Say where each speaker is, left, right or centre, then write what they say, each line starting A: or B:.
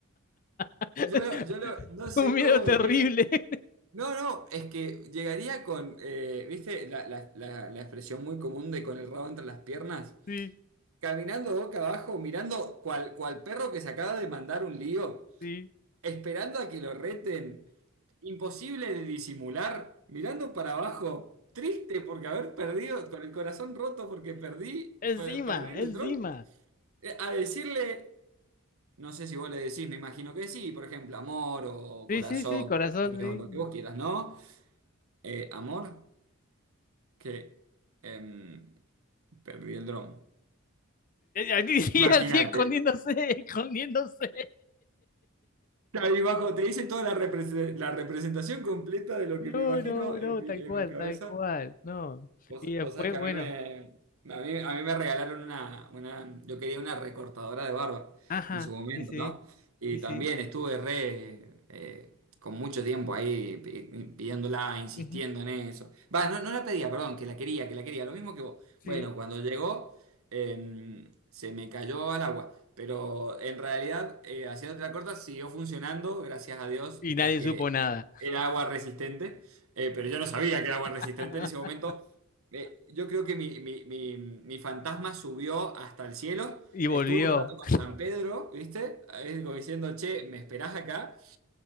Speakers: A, on the left (about 40°); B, on the right (about 75°).
A: <laughs>
B: Yo, lo- yo lo- no sé
A: Un miedo
B: cómo
A: terrible.
B: decirle.
A: <laughs>
B: No, no, es que llegaría con, eh, ¿viste? La, la- la- la expresión muy común de con el rabo entre las piernas.
A: Sí,
B: caminando boca abajo, mirando cual, cual perro que se acaba de mandar un lío,
A: sí.
B: esperando a que lo reten, imposible de disimular, mirando para abajo, triste porque haber perdido, con el corazón roto porque perdí,
A: Encima,
B: per- perdí el
A: encima.
B: dron, eh, a decirle, no sé si vos le decís, me imagino que sí, por ejemplo, amor o
A: Sí,
B: corazón,
A: sí, sí, corazón,
B: cariño,
A: sí.
B: lo que vos quieras, ¿no? Eh, amor, que em, perdí el dron.
A: Aquí <laughs> sí,
B: Imagínate.
A: así escondiéndose, escondiéndose.
B: Ahí bajo, te hice toda la, repres- la representación completa de lo
A: No,
B: que me imagino
A: no, no,
B: en mi,
A: tal
B: en
A: cual,
B: mi cabeza.
A: tal cual, no.
B: Vos,
A: Y después,
B: vos sabés que
A: bueno,
B: a mí me, a mí, a mí me regalaron una, una, yo quería una recortadora de barba
A: ajá,
B: en su momento,
A: sí, sí,
B: ¿no? Y
A: sí,
B: también
A: sí,
B: estuve re, eh, con mucho tiempo ahí pi- pidiéndola, insistiendo
A: ujú,
B: en eso. Va, no, no la pedía, perdón, que la quería, que la quería, lo mismo que vos.
A: sí.
B: Bueno, cuando llegó, eh, se me cayó al agua. Pero en realidad, eh, haciéndote la corta, siguió funcionando, gracias a Dios,
A: Y nadie
B: porque
A: supo nada.
B: era agua resistente. Eh, pero yo no sabía que era agua resistente
A: <laughs>
B: en ese momento. Eh, yo creo que mi, mi- mi- mi fantasma subió hasta el cielo,
A: Y volvió,
B: estuvo un rato con San Pedro, ¿viste? Ahí como diciendo, che, ¿me esperás acá?